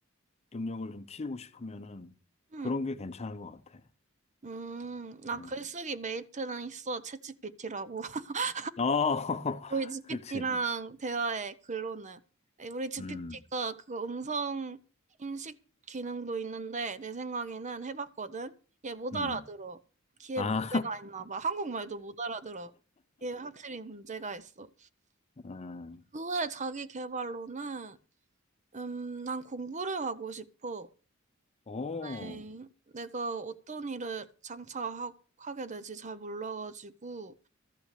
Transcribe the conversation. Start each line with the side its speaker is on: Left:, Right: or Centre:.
Left: 능력을 좀 키우고 싶으면은,
Right: 응,
Left: 그런 게 괜찮은 것 같아.
Right: 응. 나
Left: 어,
Right: 글쓰기 메이트는 있어, 챗GPT라고. <laughs>
Left: 어,
Right: 우리 GPT랑
Left: <laughs> 그렇지.
Right: 대화해, 글로는. 아니, 우리 GPT가
Left: 음,
Right: 그거 음성 인식 기능도 있는데, 내 생각에는 해봤거든? 얘 못
Left: 음.
Right: 알아들어. 귀에
Left: 아,
Right: 문제가 있나 봐. 한국말도 못 알아들어. 얘 확실히 문제가 있어.
Left: <laughs> 음.
Right: 그 후에 자기 개발로는 음, 난 공부를 하고 싶어.
Left: 오.
Right: 네, 내가 어떤 일을 장차 하, 하게 될지 잘 몰라가지고